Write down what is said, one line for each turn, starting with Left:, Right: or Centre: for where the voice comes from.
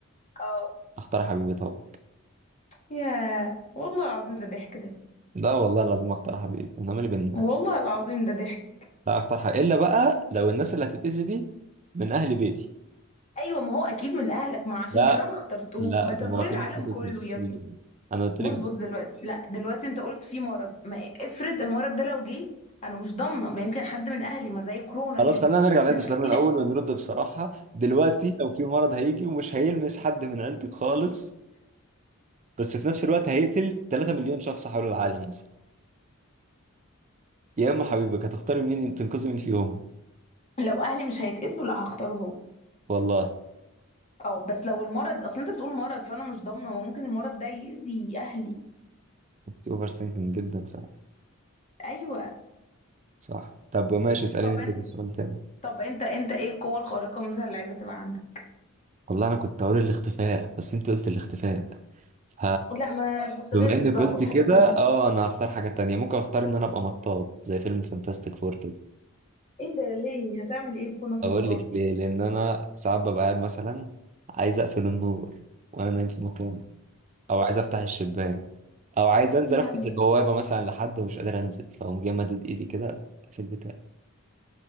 Left: اه
Right: اختار حبيبي طبعا
Left: يا والله العظيم ده ضحك ده
Right: لا والله لازم اختار حبيبي انا مالي بينا
Left: والله العظيم ده ضحك
Right: لا اختار حبيبي الا بقى لو الناس اللي هتتأذي دي من اهل بيتي
Left: ايوه ما هو اكيد من اهلك ما عشان
Right: لا
Left: كده انا اخترتهم
Right: لا
Left: ما انت
Right: طب
Left: بتقولي
Right: ما هو في
Left: العالم
Right: ناس ماتت
Left: كله
Right: نصين
Left: يا ابني
Right: انا قلت
Left: بص
Right: لك ده.
Left: بص دلوقتي لا دلوقتي انت قلت في مرض ما افرض المرض ده لو جه انا مش ضامنه ما يمكن حد من اهلي ما زي كورونا
Right: خلاص
Left: كده
Right: خلينا نرجع نعيد
Left: ناس
Right: سؤالنا
Left: كتير
Right: الاول ونرد بصراحة دلوقتي لو في مرض هيجي ومش هيلمس حد من عيلتك خالص بس في نفس الوقت هيقتل 3 مليون شخص حول العالم مثلا يا اما حبيبك هتختاري مين تنقذي مين فيهم
Left: لو اهلي مش هيتأذوا لا هختاره هو
Right: والله
Left: اه بس لو المرض اصلا انت بتقول مرض فانا مش ضامنه ما ممكن المرض ده يأذي اهلي
Right: انت اوفر ثينكينج جدا فعلا
Left: ايوه
Right: صح طب ماشي اساليني
Left: طب
Right: انت
Left: انت
Right: بقى سؤال تاني
Left: طب انت انت ايه القوة الخارقة مثلا اللي عايزة تبقى عندك
Right: والله انا كنت هقول الاختفاء بس انت قلت الاختفاء ف
Left: لا ما تغشش
Right: بما انك
Left: بقى
Right: قلت
Left: اقول حاجة
Right: كده
Left: تانية
Right: اه انا هختار حاجة تانية ممكن اختار ان انا ابقى مطاط زي فيلم فانتاستيك فور كده
Left: ايه ده ليه هتعمل ايه بكونك
Right: اقول
Left: مطاط
Right: لك ليه لان انا ساعات ببقى قاعد مثلا عايز اقفل النور وانا نايم في مكان او عايز افتح الشباك او عايز انزل
Left: يعني
Right: افتح البوابه مثلا لحد ومش قادر انزل فاقوم جاي مدد ايدي كده في البتاع